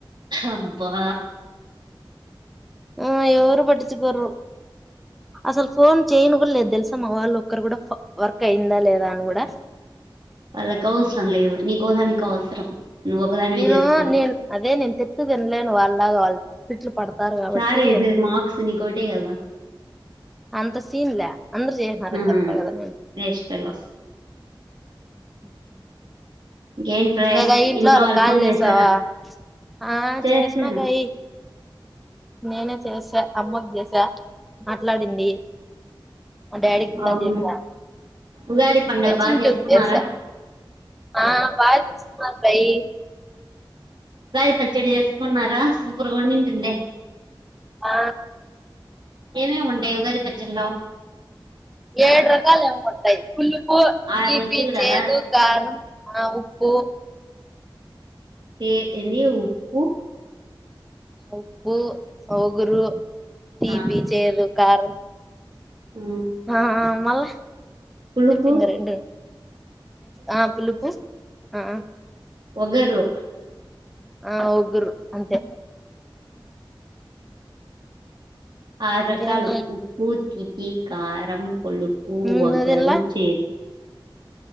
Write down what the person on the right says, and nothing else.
అబ్బా
వాళ్ళకు అవసరం లేదు నీకోదానికి అవసరం నువ్వు ఒకదానివే
చేసుకోను
సారే ఇది మార్క్స్ నీకోటే కదా
ఆ
వేస్ట్ ఫెలోస్
ఇంకేంటి ప్రయాస్
వాళ్ళు
ఫోన్
చేసారా
చేశాను
అవును
ఉగాది పండుగ బాగా
చేసుకున్నారా
బార పచ్చడి వేసుకున్నారా సూపర్గా ఉండింటుందే
ఏమేమి ఉంటాయి ఉగాది పచ్చడిలో
ఆరు
రుచులు
కదా
చి ఏంది ఉప్పు
ఆ
ఉమ్,
పులుపు
వగరు
ఆరు
రకాలు
ఉప్పు తీపి కారం పులుపు
వగరు
చేదు